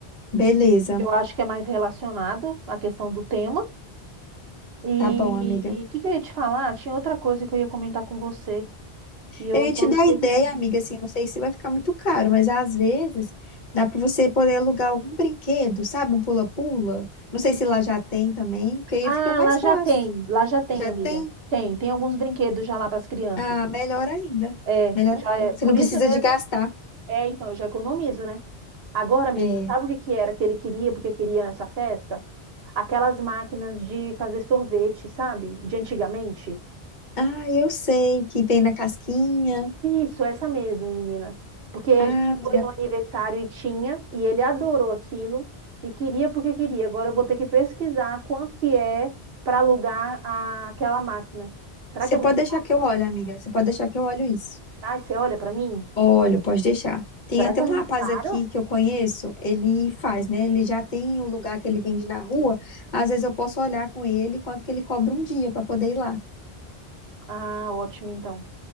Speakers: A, on the left; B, on the right.
A: Beleza.
B: Eu acho que é mais relacionado à questão do tema. E
A: Tá bom, amiga.
B: o que, que eu ia te falar? Tinha outra coisa que eu ia comentar com você. E eu
A: Eu ia
B: tô
A: te dar
B: esquecendo.
A: ideia, amiga, assim, não sei se vai ficar muito caro, mas às vezes dá pra você poder alugar algum brinquedo, sabe? Um pula-pula. Não sei se lá já tem também, porque aí
B: Ah,
A: fica mais
B: lá já
A: fácil.
B: tem, lá já tem,
A: Já
B: amiga.
A: tem?
B: Tem, tem alguns brinquedos já lá para as crianças.
A: Ah, melhor ainda.
B: É,
A: Melhor
B: já
A: ainda.
B: é, por
A: Você não precisa
B: isso mesmo.
A: de gastar.
B: É, então, eu já economizo, né? Agora, menina,
A: É.
B: sabe o que que era que ele queria, porque queria nessa festa? Aquelas máquinas de fazer sorvete, sabe? De antigamente.
A: Ah, eu sei que vem na casquinha.
B: Isso, essa mesmo, menina. Porque a
A: Ah,
B: gente
A: amiga.
B: foi no aniversário e tinha, e ele adorou aquilo e queria porque queria. Agora eu vou ter que pesquisar quanto que é para alugar a- aquela máquina. Será
A: Você
B: que é
A: pode
B: muito
A: deixar que eu olhe, amiga. Você pode deixar que eu olho isso.
B: Ai, você olha pra mim?
A: Olha, pode deixar. Tem
B: Será
A: até
B: que
A: um
B: é muito
A: rapaz
B: caro?
A: aqui que eu conheço, ele faz, né? Ele já tem o lugar que ele vende na rua. Às vezes eu posso olhar com ele quanto que ele cobra um dia para poder ir lá,
B: Ah, ótimo então.